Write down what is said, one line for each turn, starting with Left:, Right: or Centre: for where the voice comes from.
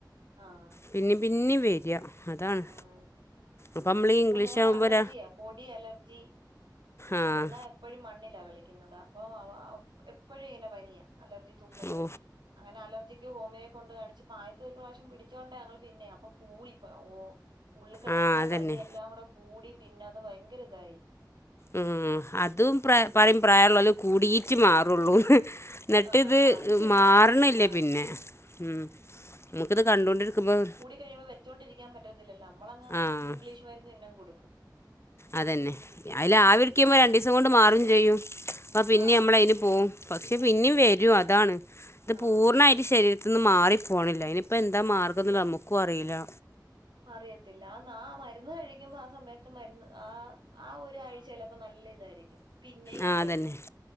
Right: ആഹ്
Left: പിന്നിം പിന്നിം വര അതാണ്
Right: ആഹ്
Left: അപ്പമ്മളി
Right: ഇവിടെ
Left: ഇംഗ്ലീഷ്
Right: മോന്
Left: ആവുമ്പര
Right: അലർജിയാ പൊടി അലർജി
Left: ആഹ്
Right: എന്നാ എപ്പഴും മണ്ണിലാ കളിയ്ക്കുന്നത് അപ്പൊ എപ്പഴും ഇങ്ങനെ പനിയ അലർജി തുമ്മല്
Left: ഓ
Right: അങ്ങനെ അലർജിക്ക് ഹോമിയൊ കൊണ്ട് കാണിച്ച് അപ്പം ആദ്യത്തെ ഒരു പ്രാവശം പിടിച്ചോണ്ട ഞങ്ങള് പിന്നേം അപ്പം കൂടിപ്പം ഓ ഉള്ളി കടക്ക്ണ
Left: ആ അതന്നെ
Right: പനിയെല്ലാം കൂടെ കൂടി പിന്നെ അത് ഭയങ്കര ഇതായി
Left: ഉം അതും
Right: ഉം
Left: പറിം പ്രായള്ളോല് കൂടീറ്റ് മാറുള്ളൂന്ന് ന്നട്ട്ത്
Right: ആഹ് അത് ശരിയാ
Left: മാറ്ണില്ല
Right: ആഹ്
Left: പിന്നെ ഉം നമുക്കിത് കണ്ടോണ്ടിരിക്കുമ്പം
Right: കഴിയുമ്പം വെച്ചോണ്ടിരിയ്ക്കാൻ പറ്റത്തില്ലല്ലോ നമ്മളങ്ങ്
Left: ആ
Right: ഇഗ്ലീഷ് മരുന്ന് പിന്നെം കൊടുക്കും
Left: അതന്നെ അയില് ആവിടിയ്ക്കുമ്പം
Right: ഉം
Left: രണ്ടീസം കൊണ്ട് മാറും ചെയ്യും അപ്പം പിന്നിം
Right: ആഹ്
Left: നമ്മള് അയ്ന് പോവും പക്ഷെ പിന്നിം
Right: പോവും
Left: വരും അതാണ് ഇത്
Right: ആഹ്
Left: പൂർണ്ണായിട്ട് ശരീരത്ത്ന്ന് മാറി പോണില്ല അയ്ന് അപ്പം എന്താ മാർഗം ന്ന്ള്ള
Right: ഓ
Left: ഞമ്മക്കും അറീലാ
Right: അറിയത്തില്ല ആന്ന് ആ മരുന്ന് കഴിക്കുമ്പോ ആ സമയത്ത് മരുന്ന് ആ ആ ഒരാഴ്ച ചെലപ്പോ നല്ല ഇതായിരിക്കും പിന്നേം ഇത്
Left: ആ അതന്നെ
Right: തന്നെ